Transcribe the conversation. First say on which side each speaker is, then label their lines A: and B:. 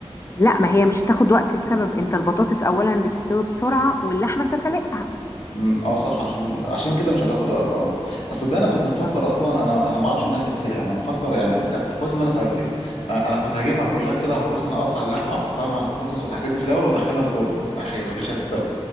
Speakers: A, on the left; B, on the left.
A: لا ما هي مش هتاخد وقت لسبب انت البطاطس اولا بتستوي بسرعة واللحمة انت سلقها
B: امم اه صح عشان عشان كده مش هتاخد وقت اه بس ده انا كنت
A: بالظبط
B: مفكر اصلا انا انا ما اعرفش انها تتسلق انا مفكر يعني انت كويس ان انا سالتك انا أنا كنت هجيبها كلها كده احط مثلا اقطع اللحمه واحطها مع البطاطس والحاجات دي في الاول وادخلها الفرن حقيقي ما كانتش هتستوي